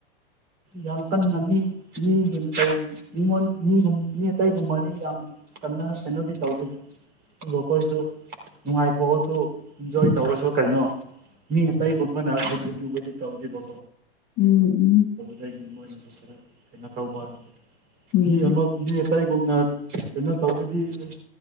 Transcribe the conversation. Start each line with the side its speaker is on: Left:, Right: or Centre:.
Right: ꯌꯥꯝ ꯀꯟꯅ ꯃꯤꯉꯣꯟ ꯃꯤꯒꯨꯝ ꯃꯤ ꯑꯇꯩꯒꯨꯝ ꯃꯅꯤ ꯌꯥꯝ ꯀꯅ ꯑꯦꯩꯅꯣꯗꯤ ꯇꯧꯗꯗ ꯑꯗꯨ ꯑꯩꯈꯣꯏꯁꯨ ꯅꯨꯡꯉꯥꯏꯊꯣꯛꯑꯁꯨ ꯏꯟꯖꯣꯏ ꯇꯧꯔꯁꯨ ꯀꯩꯅꯣ ꯃꯤ ꯑꯝꯕꯅꯥ ꯎꯕꯗꯤ ꯇꯧꯗꯤꯒꯣ
Left: ꯎꯝ ꯎꯝ
Right: ꯑꯩꯒꯤ ꯃꯣꯏꯅꯁꯨ ꯈꯔ ꯀꯩꯅꯣ ꯇꯧꯕ
Left: ꯎꯝ
Right: ꯃꯤ ꯑꯃ ꯑꯇꯩꯒꯨꯝꯅ ꯀꯩꯅꯣ ꯇꯧꯔꯗꯤ ꯑꯩ